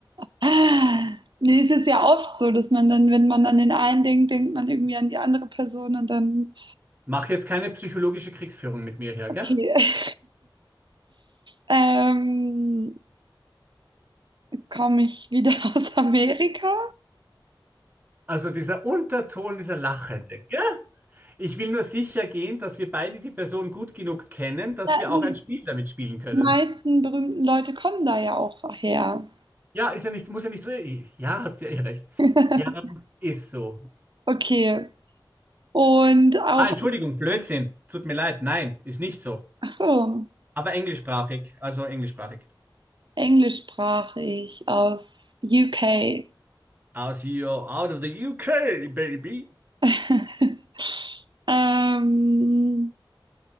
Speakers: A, on the right; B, on the right.
A: Ah, Nee, es ist ja oft so, dass man dann, wenn man an den einen denkt, denkt man irgendwie an die andere Person und dann,
B: Mach jetzt keine psychologische Kriegsführung mit mir hier,
A: okay.
B: gell?
A: Ähm, komme ich wieder <laughs> aus Amerika?
B: Also dieser Unterton, dieser Lachende, gell? Ich will nur sicher gehen, dass wir beide die Person gut genug kennen, dass
A: Ja,
B: wir
A: nee.
B: auch ein Spiel damit spielen können.
A: Die meisten berühmten Leute kommen da ja auch her.
B: Ja, ist ja nicht, muss ja nicht drin. Ja, hast ja eh recht.
A: <laughs>
B: Ja, ist so.
A: Okay. Und auch,
B: Ah, Entschuldigung, Blödsinn. Tut mir leid. Nein, ist nicht so.
A: ach so,
B: Aber englischsprachig, also englischsprachig.
A: englischsprachig aus UK.
B: Aus you out of the UK, baby.
A: <laughs> Ähm,